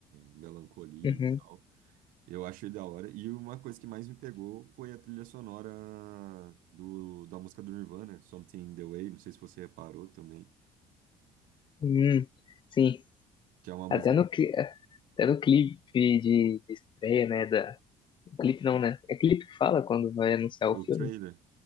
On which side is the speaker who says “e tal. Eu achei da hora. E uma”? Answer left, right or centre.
Right